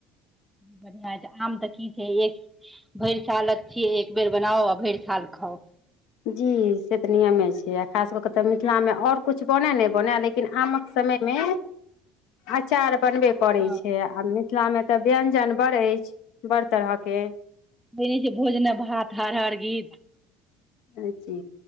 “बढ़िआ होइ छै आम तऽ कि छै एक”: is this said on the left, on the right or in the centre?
Centre